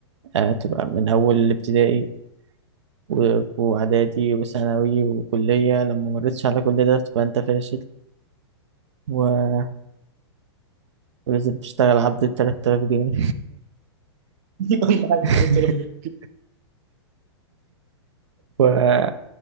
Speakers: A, on the right; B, on the right.
A: آه تبقى من أول الابتدائي و- وإعدادي وثانوي وكلية لما مريتش على كل ده تبقى أنت فاشل و- ولازم تشتغل عبد التلات آلاف جنيه
B: <laughs> أهم حاجة
A: <laughs>
B: قلت ربنا.
A: و...